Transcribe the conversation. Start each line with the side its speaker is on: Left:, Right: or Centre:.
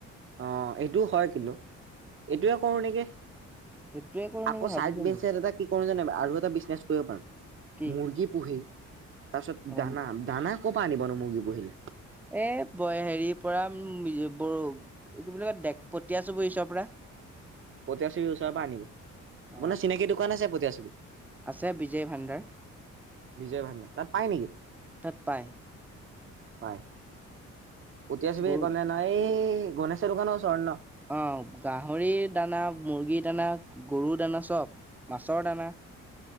Right: অ' এইটোও হয় কিন্তু এইটোয়ে কৰো নেকি।
Centre: সেইটোৱে কৰো
Right: আকৌ
Centre: নেকি ভাবিছো
Right: চাইড বেঞ্চ
Centre: মই
Right: এ কি কৰো জান আৰু এটা বিজনেছ কৰিব পাৰো
Centre: কি
Right: মুৰ্গী পুহি তাৰপিছত
Centre: উম
Right: দানা দানা ক'ৰ পৰা আনিবনো মুৰ্গী পুহিলে?
Centre: এ ব হেৰিৰ পৰা বৰু কি বুলি কয় <unintelligible> পৰা
Right: পটীয়াছবিৰ ওচৰৰ পৰা আনিব
Centre: অ
Right: আপোনাৰ চিনাকি দোকান আছে পটীয়াছবি
Centre: আছে বিজয় ভাণ্ডাৰ।
Right: বিজয় ভাণ্ডাৰ তাত পায় নেকি।
Centre: তাত পায়।
Right: পাই। <unintelligible> ন
Centre: গৰু
Right: এই গণেশৰ দোকান ওচৰত ন।
Centre: অ' গাহৰিৰ দানা মুৰ্গীৰ দানা গৰু দানা চব মাছৰ দানা।